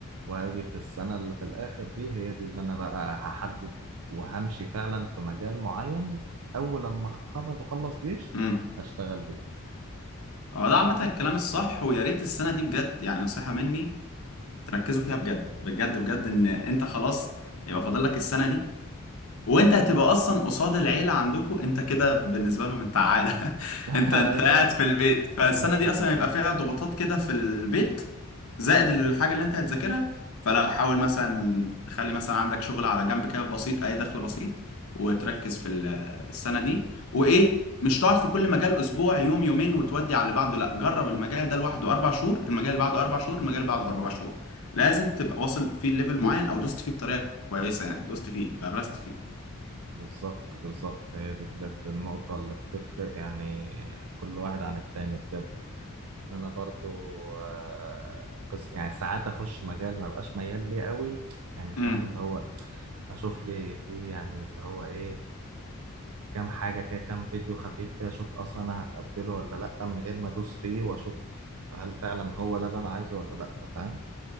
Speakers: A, on the right; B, on the left.
A: وهاجي في السنة اللي في الآخر دي هي دي اللي أنا بقى هحدد وهمشي فعلا في مجال معين أول لما أتخرج وأخلص جيش
B: مم.
A: أشتغل بيه
B: هو ده عامة الكلام الصح ويا ريت السنة دي بجد يعني نصيحة مني تركزوا فيها بجد بجد بجد ان انت خلاص يبقى فاضل لك السنه دي وانت هتبقى اصلا قصاد العيله عندكم انت كده بالنسبه لهم انت عاله <laughs>
A: <laughs>
B: انت
A: أيوه
B: انت قاعد في البيت فالسنه
A: ايوه
B: دي
A: بالظبط
B: اصلا هيبقى فيها ضغوطات كده في البيت زائد الحاجه اللي انت هتذاكرها فلا حاول مثلا تخلي مثلا عندك شغل على جنب كده بسيط اي دخل بسيط وتركز في ال- السنه دي وايه مش تقعد في كل مجال اسبوع يوم يومين وتودي على اللي بعده لا جرب المجال ده لوحده اربع شهور المجال اللي بعده اربع شهور المجال اللي بعده اربع شهور لازم تبقى واصل فيه ليفل معين او دوست فيه بطريقه كويسه يعني دوست فيه غرست فيه
A: بالظبط بالظبط هي دي بجد النقطة اللي بتفرق يعني كل واحد عن التاني بجد إن أنا برضو آه، قص يعني ساعات أخش مجال ما بقاش ميال ليه قوي يعني فاهم
B: امم
A: اللي هو أشوف لي فيه يعني اللي هو إيه كام حاجة كده كام فيديو خفيف كده أشوف أصلا أنا هتقبله ولا لأ من غير ما أدوس فيه وأشوف هل فعلا هو ده اللي أنا عايزه ولا لأ فاهم